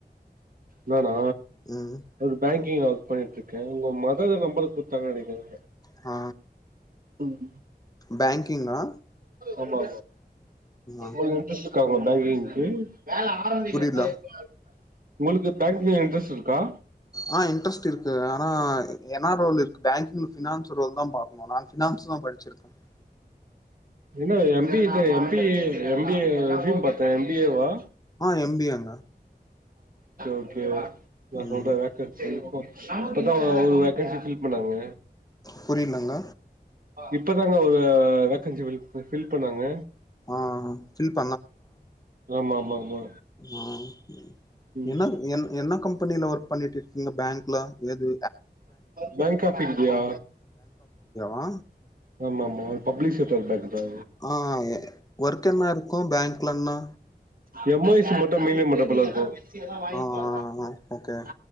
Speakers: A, on the right; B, on the left.
A: நானா
B: ம்
A: ஒரு பேங்கிங் ஆ பண்ணிட்டு இருக்கே உங்க மதர் தா நம்பர் குடுத்தாங்கனு நெனக்குறே
B: ஆ
A: ம்
B: பேங்கிங்கா
A: ஆமாமா
B: ஆ
A: ஒங்களுக்கு இன்ஸ்ரட்ருக்கா பேங்கிங் உம் <unintelligible> வேல ஆரம்பிக்கான்
B: புரில
A: எப்ப உங்களுக்கு பேங்கிங் ஸ் இருக்கா
B: ஆ இன்ட்ரெஸ்ட் இருக்கு ஆனா என்னா ரோல் இருக்கு பேங்கிங்க ஃபினான்ஸ் ரோல் தா பாக்கணு நா ஃபினான்ஸ் தா படிச்சிருக்கே ஆ <inaudible>
A: ன்ன M B M B M B M B A வா
B: ஆ எம் பி ங்க
A: ஓகே ஓகே நா
B: ம்
A: சொல்றே வேக்கன்ஸி இப்பதா ஒரு வெக்கன்ஸி ஃபில் பண்ணாங்க
B: புரிலங்க
A: இப்பதாங்க ஒரு வேக்கன்சி ஃபில் பண்ணேங்க
B: ஆ ஃபில்
A: ஆம ஆமா ஆமா
B: உம்
A: ம்
B: என்ன என் என்ன கம்ப கம்பனியில ஒர்க் பண்ணிட்டு இருக்கீங்க பேங்க் ல ஏது
A: பேங்க் ஆப் இன்டியா
B: ஆ
A: ஆமா ஆமா ஒரு பப்ளிசிட்டர் பேங்க் தா
B: ஆ எ ஒர்க் என்ன இருக்கும் பேங்க்லனா
A: எம் ஐ சி மட்டும் மெயின்டெய்ன் பண்ற போல இருக்கும் சிலதா வாங்கிபா
B: ஆ
A: அதுதா
B: ஆ ஆ ஓகே
A: <inaudible>